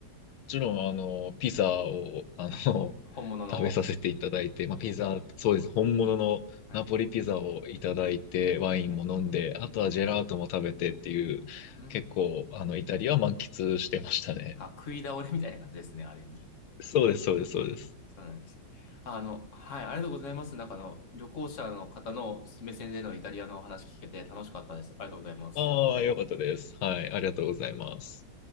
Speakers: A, on the left (about 80°); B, on the left (about 45°).
A: ちろん、あの、ピザを、あの、
B: うん、本物の。
A: 食べさせていただいて、まあ、ピザ、そうです。本物のナポリピザをいただいて、
B: はい、
A: ワインも飲んで、
B: はい、
A: あとはジェラートも食べてっていう、
B: はい。うん。
A: 結構、あの、イタリアは満喫してましたね。
B: あ、食い倒れみたいな感じですね、ある意味。
A: そうです、そうです、そうです。
B: そうなんですね。あの、はい、ありがとうございます。なんかあの、旅行者の方の目線でのイタリアのお話聞けて楽しかったです。ありがとうございます。
A: ああ、よかったです。はい、ありがとうございます。